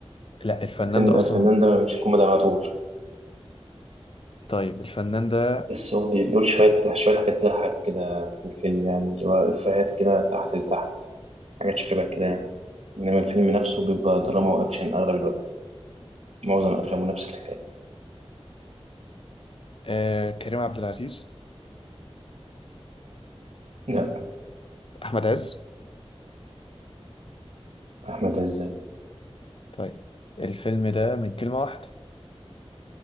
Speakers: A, on the left; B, on the right.
A: لا الفنان
B: الفيلم
A: ده اصلا
B: الفنان ده مش كوميدي على طول
A: طيب الفنان ده
B: بس هو بيقول شوية شوية حاجات تضحك كده في الفيلم يعني اللي هو إفيهات كده تحت لتحت حاجات شبه كده يعني إنما الفيلم نفسه بيبقى دراما وأكشن أغلب الوقت معظم أفلامه نفس الحكاية
A: آه كريم عبد العزيز
B: لا
A: احمد عز
B: أحمد عز
A: طيب الفيلم ده من كلمة واحدة